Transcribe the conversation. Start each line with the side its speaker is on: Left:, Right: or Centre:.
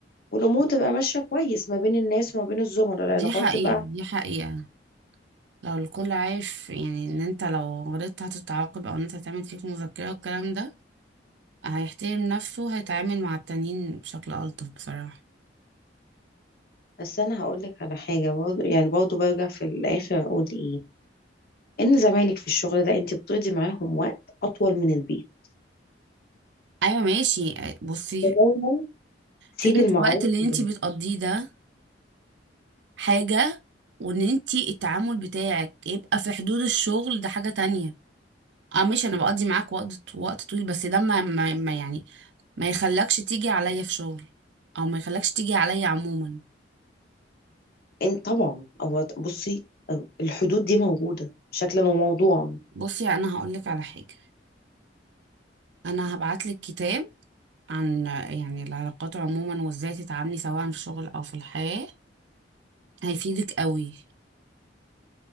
Left: والامور تبقى ماشيه كويس ما بين الناس وما بين الزملاء العلاقات
Right: دي حقيقة
Left: تبقى
Right: دي حقيقة لو الكل عارف يعني ان انت لو غلطت هتتعاقب او ان انت هتعمل فيك مذكرة والكلام ده هيحترم نفسه هيتعامل مع التانيين بشكل ألطف بصراحة
Left: بس انا هقول لك على حاجه برضه يعني برضه برجع في الاخر اقول ايه ان زمايلك في الشغل ده انت بتقضي معاهم وقت اطول من البيت
Right: ايوه ماشي بصي
Left: فدايما سيبي
Right: فكرة
Left: المعروف
Right: الوقت اللي انت
Left: لله.
Right: بتقضيه ده حاجة وان انت التعامل بتاعك يبقى في حدود الشغل ده حاجة تانية اه ماشي انا بقضي معاك وقت وقت طويل بس ده ما, ما, ما يعني ما يخلكش تيجي عليا في شغل او ما يخلكش تيجي عليا عموما
Left: انت طبعا هو بصي الحدود دي موجوده شكلا وموضوعا
Right: بصي انا هقولك على حاجة انا هبعتلك كتاب عن يعني العلاقات عموما وازاي تتعاملي سواء في الشغل او في الحياة هيفيدك قوي